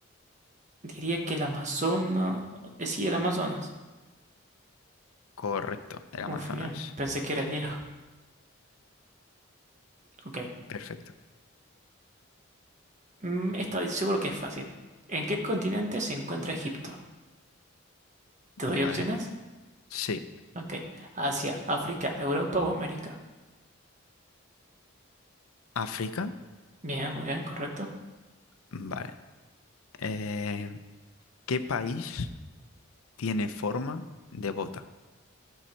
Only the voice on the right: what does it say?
diría que el Amazonas. eh, sí, el Amazonas.
Uf, bien. Pensé que era el Nilo. Ok.
Mm, esta seguro que es fácil. ¿En qué continente se encuentra Egipto? ¿Te doy
opciones?
Ok. Asia, África, Europa o América.
Bien, muy bien, correcto.